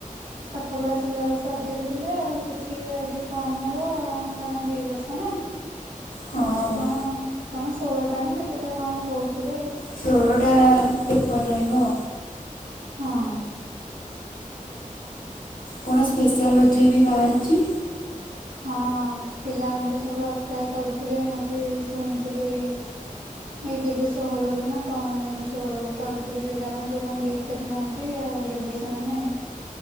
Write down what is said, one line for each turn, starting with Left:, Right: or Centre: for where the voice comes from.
Right: ପାଠପଢ଼ା ସିଲାବସ୍ ଅଧିକ ଥିଲା ସେଠି ଆଉ ଟିକେ କମ୍ ନବ କାରଣ ଦୁଇ ବର୍ଷ ନା।
Left: ହଁ।
Right: କଣ କଣ ଷୋଳଟା ନା କେତେଟା କଣ କହୁଥୁ
Left: ଷୋଳଟା ପ ରହିବ।
Right: ହଁ।
Left: କଣ ସ୍ପେସିଆଲୋଜେଇ ବି ବାହାରିଚି।
Right: ହଁ ପିଲାମାନେ ତ ସବୁ ଆପ୍ଲାଏ କରୁଥିଲେ ମୁଁ ବି ଶୁଣିଥିଲି ଏଇ ଏଇ କେବେ ଷୋହଳରୁ ନା କଣ ଜୁନ ଷୋହଳରୁ କରୁଥୁଲି ପିଲାମାନେ ଯୋଉମାନେ ଦେଇପାରିନାହାଁନ୍ତି ଆଉ ଦେବେ ସେମାନେ।